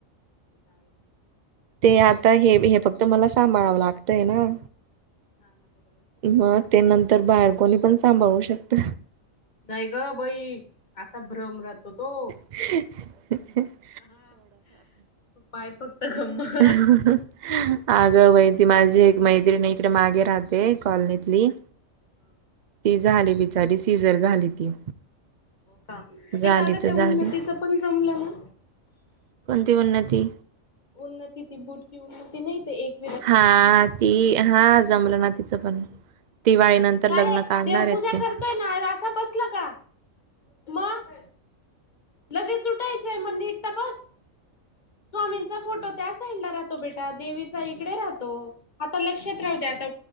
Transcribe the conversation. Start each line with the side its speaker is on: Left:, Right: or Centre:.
Left: ते त हायेच
Right: ते आता हे हे फक्त मला सांभाळावं लागतंय ना
Left: हा ना बरोबरये
Right: मग ते नंतर बाहेर कोणी पण सांभाळू शकत.
Left: नाही ग बई असा भ्रम राहतो तो.
Right: <inaudible>
Left: हू पाय फक्त खममा-
Right: हहाहा. आगं बाई! ती माझी एक मैत्रिणी इकडे मागे राहते कॉलनीतली-
Left: हम
Right: ते झाले बिचारी सीझर झाली ती-
Left: का
Right: झाली
Left: ये काग
Right: तर
Left: ते
Right: झाली.
Left: उन्नतीच पण जमलं ना.
Right: कोणती उन्नती?
Left: उन्नती ती बुटकी उन्नती नाही ते एक-
Right: हा ती हा जमलं ना तिचं पण दिवाळीनंतर- तर
Left: का
Right: लग्न
Left: रे
Right: काढणार
Left: देवपूजा
Right: आहेत ते-
Left: करतोय ना असा बसला का? मग- लगेच उठायचंय मग नीट त बस. स्वामींचा फोटो त्या साईड ला राहतो बेटा देवीचा इकडे राहतो. आता लक्षात राहू दे आता